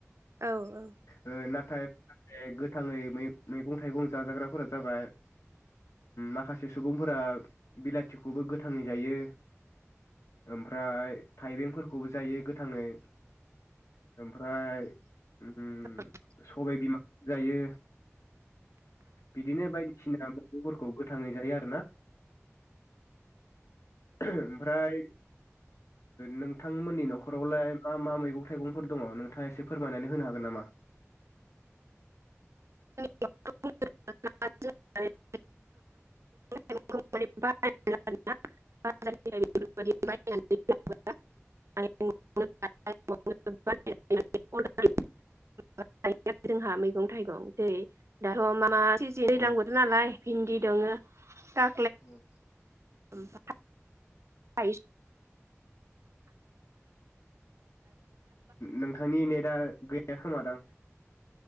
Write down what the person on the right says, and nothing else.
औ औ।
<inaudible>
<unintelligible> <inaudible> <unintelligible> जोंहा मैगं थाइगं जेरै दाथ' मा मा <unintelligible> दैज्लां
बोथोर नालाय बिन्दि दङो दा
ओमफा <unintelligible> थायस